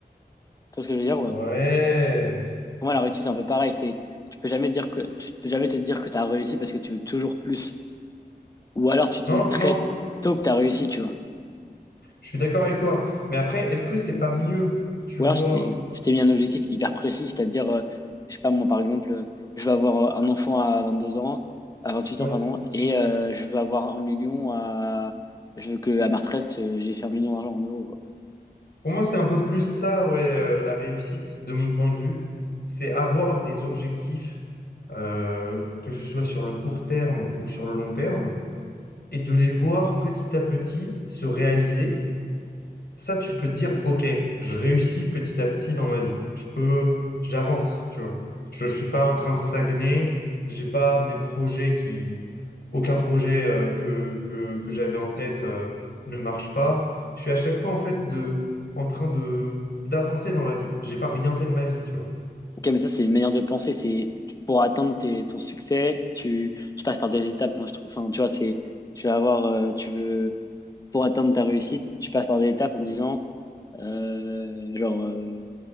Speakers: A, on the left; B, on the left.
A: Tu vois ce que je veux dire, ouais.
B: Ouais.
A: Pour moi, la réussite, c'est un peu pareil. C'est, tu peux jamais dire que, tu peux jamais te dire que tu as réussi parce que tu veux toujours plus. Ou alors, tu te dis
B: Non,
A: très
B: non,
A: tôt que tu as réussi, tu vois.
B: je suis d'accord avec toi. Mais après, est-ce que c'est pas mieux, tu
A: Ou
B: vois?
A: alors, je t'ai je t'ai mis un objectif hyper précis, c'est-à-dire, euh, je sais pas, moi, par exemple, euh, je veux avoir euh, un enfant à 22 ans, à 28
B: Ouais.
A: ans, pardon, et euh, je veux avoir un million à... Je veux que à ma retraite, euh, j'ai fait un million d'argent en euros, quoi.
B: Pour moi, c'est un peu plus ça, ouais, euh, la réussite, de mon point de vue. C'est avoir des objectifs, euh, que ce soit sur le court terme ou sur le long terme, et de les voir petit à petit se réaliser. ça, tu peux te dire, OK, je réussis petit à petit dans ma vie. Je peux, j'avance, tu vois. Je ne suis pas en train de stagner. J'ai pas mes projets qui, aucun projet euh, que, que, que j'avais en tête euh, ne marche pas. Je suis à chaque fois, en fait, de, en train de, d'avancer dans la vie. J'ai pas rien fait de ma vie, tu vois.
A: Ok, mais ça, c'est une manière de penser. C'est tu- pour atteindre tes, ton succès, tu, tu passes par des étapes. Moi, je trouve. Enfin, tu vois, t'es- tu vas avoir, euh, tu veux pour atteindre ta réussite, tu passes par des étapes en disant, euh, genre, euh,